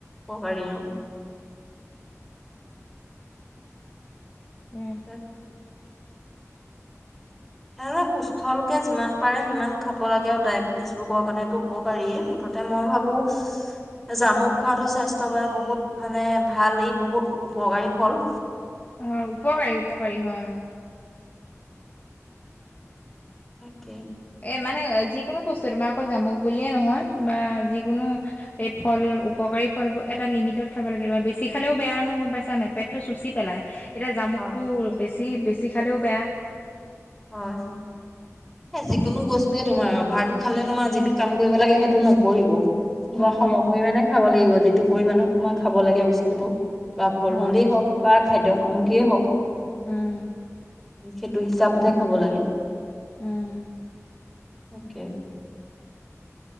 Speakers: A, in the centre; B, on the left.
A: উপকাৰী অ।
B: প্ৰেম
A: <inaudible> এ সুস্থ লোকে যিমান পাৰে সিমান খাব লাগে। ডায়েবেটিছ ৰোগৰ কাৰণেটো উপকাৰীয়ে। এ মই ভাবো জামুক খোৱাাতো স্বাস্থ্যৰ কাৰনে বহুত মানে ভাল ই বহুত উপকাৰী ফল।
B: হয় উপকাৰী উপকাৰী হয় অ।
A: তাকে
B: এ মানে যিকোনো বস্তু তোমাৰ অকল জামুক বুলিয়ে নহয় বা যিকোনো এই ফল উপকাৰী ফলবোৰ এটা লিমিটত খাব লাগে। তোমাৰ বেছি খালেও বেয়া নহয় গম পাইছা নাই পেটতটো চুচি পেলাই। এতিয়া জামুকটো
A: হয়
B: বেছি বেছি খালেও বেয়া।
A: হয়। যিকোনো বস্তুৱে তোমাৰ অভাৰটো খালে তোমাৰ যিটো কাম কৰিব লাগে সেইটো নকৰিব। তোমাৰ
B: নকৰিব
A: সম পৰিমাণে খাব লাগিব। যিটো পৰিমামানত তোমাৰ খাব লাগে বস্তুটো বা ফল
B: হয়
A: মূলেই হওক। বা খাদ্য সামগ্ৰীয়ে হওক।
B: উম
A: সেইটো হিচাপতহে খাব লাগে।
B: উম।
A: তাকে